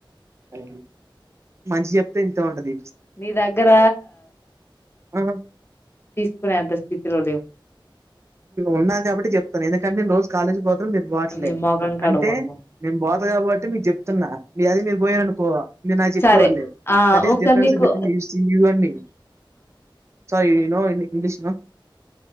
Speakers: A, on the right; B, on the left.
A: అ మంచి చెప్తే ఇంత ఉంటంది
B: నీ దగ్గర
A: ఆ
B: తీసుకునేంత స్థితిలో లేవు
A: ఉన్నారు కాబట్టి చెప్తాను ఎందుకంటేనుోజు కాలేజ్ పోతాను మీరు పోవట్లేదు
B: నీ మోఖం కాడ
A: అంటే
B: పోతాం
A: మేను బాత కాబట్టి మీకు చెప్తున్నా మీ అది మీ పోయిననుకోవా నేను నాకు చెప్పేవాళ్ళే
B: సరే ఆ
A: దట్ ఈస్
B: ఒకసారి
A: డిఫరెన్స్
B: నీకు
A: బిట్వీన్ యూ అండ్ మీ స హీ న ఇ ఇంగ్లిస్ న